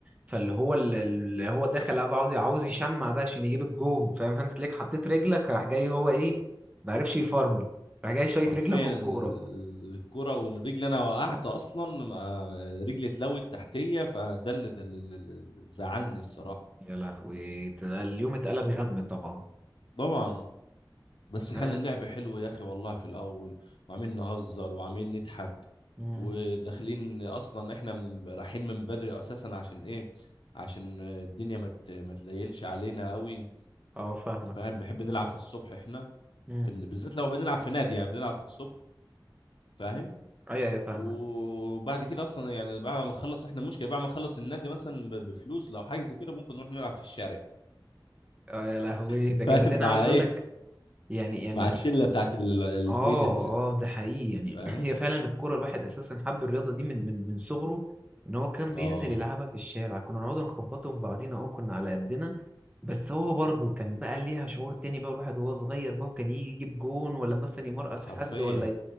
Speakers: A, on the right; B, on the left.
A: فاللي هو اللي هو داخل قاعد عاوز عاوز يشمع بقى عشان يجيب الجون فاهم فانت تلاقيك حطيت رجلك راح جاي هو ايه ما عرفش يفرمل راح جاي شايط
B: حرفيا
A: رجلك والكوره
B: الكرة والرجل انا وقعت اصلا ما- رجلي اتلوت تحتيه فده اللي زل- اللي زعلني الصراحه
A: يا لهوي ده اليوم اتقلب
B: م?
A: غم طبعا
B: طبعا بس كان
A: اه
B: اللعب حلو يا اخي والله في الاول وعاملين نهزر وعاملين نضحك
A: مم.
B: وداخلين اصلا احنا من رايحين من بدري اساسا عشان ايه عشان الدنيا ما مت... ما تليلش علينا قوي
A: اه فاهمك
B: فاهم بنحب نلعب في الصبح احنا
A: مم.
B: في... بالذات لو بنلعب في نادي يعني بنلعب في الصبح فاهم
A: ايوه ايوه فاهمك
B: وبعد كده اصلا يعني بعد ما نخلص احنا المشكله بعد ما نخلص النادي مثلا ب... بفلوس لو حاجه زي كده ممكن نروح نلعب في الشارع
A: اه يا لهوي
B: <laughs>
A: ده جامد
B: فاهم
A: انا
B: مع
A: عاوز اقول
B: ايه
A: لك يعني يعني
B: مع الشله بتاعت ال... البيت
A: اه
B: اللي ساكن
A: اه ده
B: فيه
A: حقيقي يعني
B: فاهم
A: <clears throat> هي فعلا الكوره الواحد اساسا حب الرياضه دي من من من صغره ان هو كان بينزل
B: اه
A: يلعبها في الشارع كنا نقعد نخبطه في بعضينا اه كنا على قدنا بس هو برضه كان بقى ليها شعور تاني بقى الواحد وهو صغير بقى وكان يجي يجيب جون ولا مثلا يمرقص حد
B: حرفيا
A: ولا ي-